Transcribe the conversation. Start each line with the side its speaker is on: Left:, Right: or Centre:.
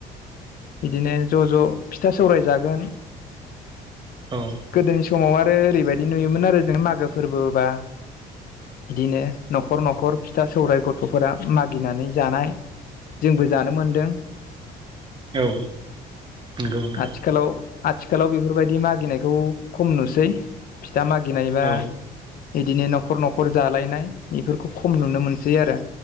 Left: बिदिनो ज' ज' फिथा सौराय जागोन।
Right: औ
Left: गोदोनि समाव आरो ओरैबायदि नुयोमोन आरो जों मागो फोरबोबा। बिदिनो न'खर न'खर फिथा सौ राय गथ'फोरा मागिनानै जानाय। जोंबो जानो मोनदों
Right: औ। नंगौ नोंथां
Left: आथिखालाव आथिखालाव बेफोरबायदि मागिनायखौ खम नुसै फिथा मागिनायबा
Right: औ
Left: बिदिनो न'खर न'खर जालायनाय बेफोरखौ खम नुनो मोनसै आरो